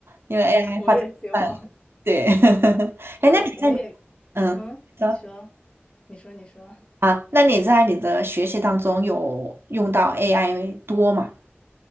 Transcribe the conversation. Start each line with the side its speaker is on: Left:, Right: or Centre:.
Right: 因为
Left: <laughs>
Right: AI
Left: 我也希望，
Right: 发展快了。
Left: <laughs>
Right: 对，<laughs>
Left: 我我也，
Right: 哎那你在嗯说
Left: 嗯，你说，你说，你说。
Right: 啊，那你在你的学习当中有用到 AI 多吗？